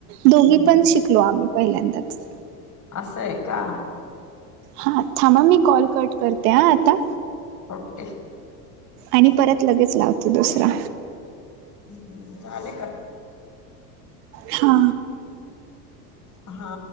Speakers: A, on the right; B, on the left.
A: दोघी
B: हम्म
A: पण शिकलो आम्ही पहिल्यांदाच.
B: असंय का?
A: हां थांबा मी कॉल कट करते हा आता.
B: ओके.
A: आणि परत लगेच लावतो दुसरा.
B: ह् झाले का?
A: <inaudible> हा.
B: हा.